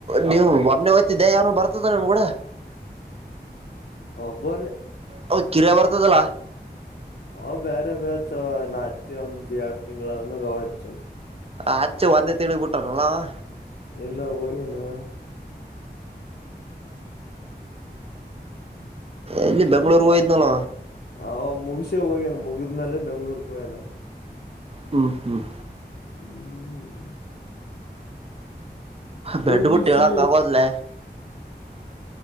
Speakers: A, on the right; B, on the left.
A: ನೀವು ಒಬ್ನೇ ಹೊತಿದ್ದ ಯಾರು ಬರ್ತದಾನ್ ನಿಮ್ ಕೂಡ.
B: ಒಬ್ಬನ
A: ಅವ್ ಕಿರ ಬರ್ತದಲ್ಲ
B: ಅವ ಬೇರೆ ಬ್ಯಾಚ್ವ ನಾ ಹಚ್ಚಿ ಒಂದ್ ಎರಡ್ ತಿಂಗ್ ಆದ್ಮ್ಯಾಗ ಅವಚ್ಚನ್.
A: ಆ ಅಚ್ಚು ಒಂದೇ ತಿಂಗಳಿಳಗ ಬಿಟ್ಟರನಲ್ಲಾ ಅವಾ.
B: ಎಲ್ಲೊ ಹೋಗ್ಯನಾ?
A: ಎಲ್ಲಿ ಬೆಂಗ್ಗಳೂರ್ ಹೋಯಿದ್ನಲ್ವ.
B: ಅವ ಮುಗಸೆ ಹೋಗ್ಯನ ಮುಗಿದ್ಮೇಲೆ ಬೆಂಗ್ಳೂರ್ಕ ಹೋೋಗ್ಯನ
A: ಹ್ಮ್ ಹ್ಮ್
B: ಹ್ಮ್
A: ಬೆಡ್
B: ಮುಗಿಸಿ
A: ಬುಟ್ಟ ಹೇಳಳಂಗಗೋದಲ್ಲ